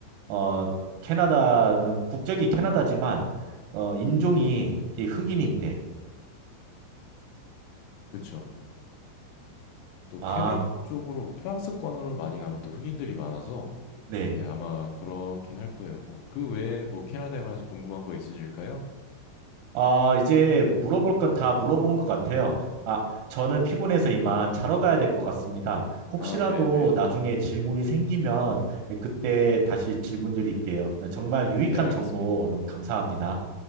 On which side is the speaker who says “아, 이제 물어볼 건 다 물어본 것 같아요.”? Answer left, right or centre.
Right